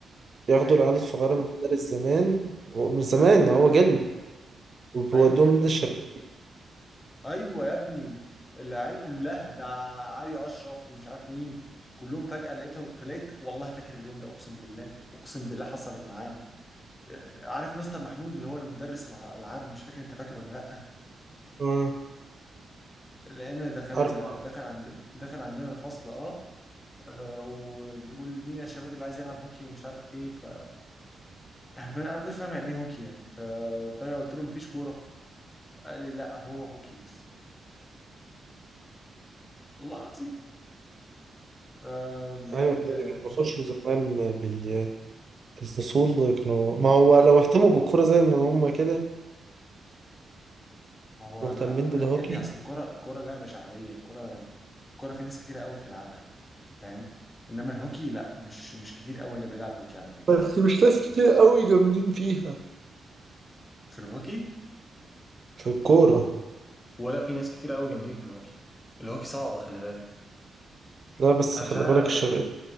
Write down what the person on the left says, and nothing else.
إيه
أيوه
يا عم
أيوه جيلنا
أيوه يا ابني العيال كلها ده علي أشرف ومش عارف مين كلهم فجأة لقيتهم فلقيت والله فاكر اليوم ده أقسم بالله أقسم بالله حصلت معانا آه، عارف مستر محمود اللي هو المدرس الع- الألعاب مش فاكر أنت فاكر ولا لأ
لان دخل
دخل عندنا دخل عندنا الفصل اه آه، وبيقول مين يا شباب اللي عايز يلعب هوكي ومش عارف ايه ف احنا ما كنا- انا ما كنتش فاهم يعني ايه هوكي يعني ف... فانا قلت له مفيش كوره قال لي لا هو هوكي بس والله العظيم فبجد
آه،
هو
لا هم
يا ابني اصل الكوره الكوره لعبه شعبيه الكوره الكوره في ناس كتير قوي بتلعبها فاهم انما الهوكي لا مش مش كتير قوي اللي بيلعب هوكي على فكره
يعني
في الهوكي
ولا في ناس كتير قوي جامدين في الهوكي الهوكي صعبه خلي بالك
انا مش
عارف